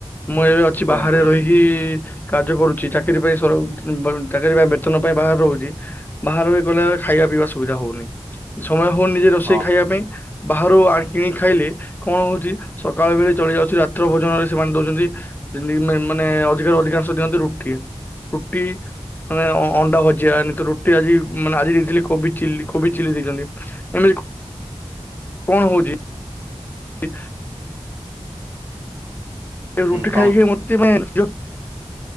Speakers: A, on the left; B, on the right.
A: ମୁଁ ଏବେ ଅଛି
B: କୁହନ୍ତୁ
A: ବାହାରେ ରହିକି କାର୍ଯ୍ୟ କରୁଚି ଚାକିରି ପାଇଁ ସବୁ ଚାକିରି ବେତନ ପାଇଁ ବାହାରେ ରହୁଚି ବାହରେ ରହି ଗଲେ ଖାଇବା ପି ବା ସ ସୁବିଧା ହଉନି ସମୟ ହଉନି ନିଜେ ରୋଷେଇ
B: ହଁ
A: ଖାଇବା ପାଇଁ। ବାହାରୁ ଆ କିଣିକି ଖାଇଲେ କଣ ହଉଛି ସକାଳ ବଳେ ଚଳି ଯାଉଛି ରା ତ୍ର ଭୋଜନରେ ସେମାନେ ଦଉଛନ୍ତି ମାନେ ଅଧିକ ଅଧି କାଂଶ ଦିଅନ୍ତି ରୁଟି ରୁଟି ମାନେ ଅ ଅଣ୍ଡା ଭଜିଆ ତ ରୁଟି ଆଜି ମାନେ ଆଜି ଦେଇଥିଲେ କୋବିଚିଲ୍ଲି କୋବିଚିଲ୍ଲୀ ଦେଇଛନ୍ତି। ଏମତି କ କଣ ହଉଚି? <unintelligible> ରୁଟି
B: କ'ଣ
A: ଖାଇକି ମତେ <unintelligible>